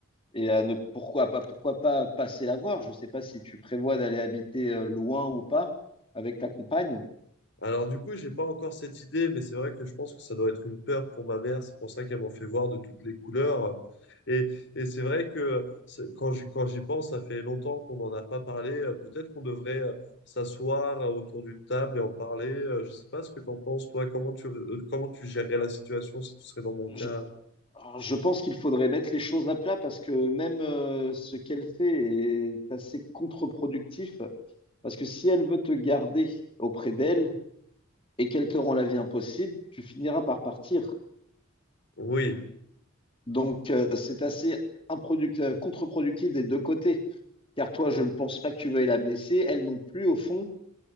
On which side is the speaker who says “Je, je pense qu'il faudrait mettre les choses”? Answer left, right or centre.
Left